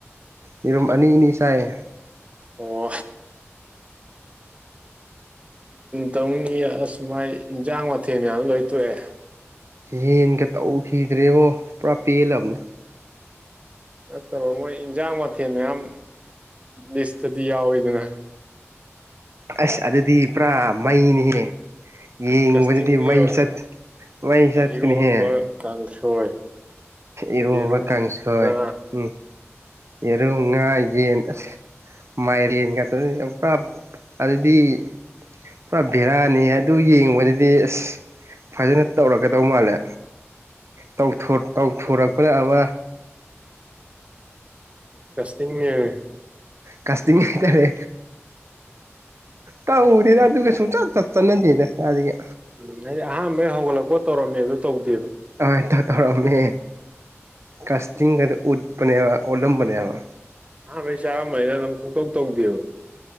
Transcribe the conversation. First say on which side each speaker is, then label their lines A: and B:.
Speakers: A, on the right; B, on the right.
A: ꯌꯦꯔꯨꯝ ꯑꯅꯤ ꯑꯅꯤ ꯁꯥꯏꯌꯦ
B: ꯑꯣ ꯇꯧꯅꯤ ꯑꯁꯨ ꯃꯥꯏ ꯏꯟꯖꯥꯡ ꯃꯊꯦꯜ ꯃꯌꯥꯝ ꯂꯣꯏ ꯇꯣꯛꯑꯦ
A: ꯌꯦꯟꯒ ꯇꯧꯈꯤꯗ꯭ꯔꯦꯕꯣ ꯄꯨꯔꯥ ꯄꯦꯜꯂꯕꯅꯦ
B: ꯅꯠꯇꯕ ꯃꯣꯏ ꯏꯟꯁꯥꯡ ꯃꯊꯦꯜ ꯃꯌꯥꯝ ꯂꯤꯁꯇꯗꯤ ꯌꯥꯎꯋꯤꯗꯅ
A: ꯑꯁ ꯑꯗꯨꯗꯤ ꯄꯨꯔꯥ ꯃꯩꯅꯤꯍꯦ ꯌꯦ
B: ꯀꯁꯇꯤꯡꯅꯦꯕ
A: ꯏꯗꯤ ꯃꯩꯁꯠ ꯃꯩꯁꯠꯇꯅꯤꯍꯦ
B: ꯏꯔꯣꯝꯕ ꯀꯥꯡꯁꯣꯏ
A: ꯏꯔꯣꯟꯕ
B: ꯌꯦꯔꯨꯝ
A: ꯀꯥꯡꯁꯣꯏ
B: ꯉꯥ
A: ꯎꯝ ꯌꯦꯔꯨꯝ ꯉꯥ ꯌꯦꯟ ꯑꯁ ꯃꯥꯏꯔ‌ꯦꯟꯒ ꯇꯧ ꯌꯥꯝ ꯀꯥꯞ ꯑꯗꯨꯗꯤ ꯄꯨꯔꯥ ꯚꯦꯔꯥꯅꯤ ꯑꯗꯨ ꯌꯦꯡꯕꯗꯗꯤ ꯑꯁ ꯐꯖꯅ ꯇꯧꯔꯛꯀꯗꯧ ꯃꯥꯜꯂꯦ ꯇꯧꯊ‌ꯣ ꯇꯧꯊꯣꯔꯛꯄꯅ ꯑꯃꯥ
B: ꯒꯁꯇꯅꯤꯅꯍ‌ꯦ
A: ꯀꯁꯇꯤꯡ ꯍꯥꯏꯇꯥꯔꯦ ꯇꯧꯗ‌ꯦꯗ ꯑꯗꯨꯒ ꯁꯨꯡꯆꯠ ꯆꯠ ꯆꯠꯅꯗꯦꯗ ꯀꯥꯏꯗꯒꯤ
B: ꯎꯝ ꯑꯩꯗꯤ ꯑꯍꯥꯟꯕꯩ ꯍꯧꯒꯠꯂꯛꯄ ꯇꯧꯔꯝꯃꯦ ꯑꯗꯨ ꯇꯧꯗ‌ꯦ
A: ꯑ ꯇ ꯇꯧꯔꯃꯦ ꯀꯥꯁꯇꯤꯡꯒꯗ ꯎꯠ ꯅꯕ
B: ꯎꯝ
A: ꯑꯣꯂꯝ ꯕꯅ‌ꯦꯕ
B: ꯑꯍꯥꯟꯕꯩ ꯆꯥꯔꯝꯝꯕꯅ ꯑꯗꯨꯝ ꯄꯨꯡꯇꯧ ꯇꯧꯗꯦꯕ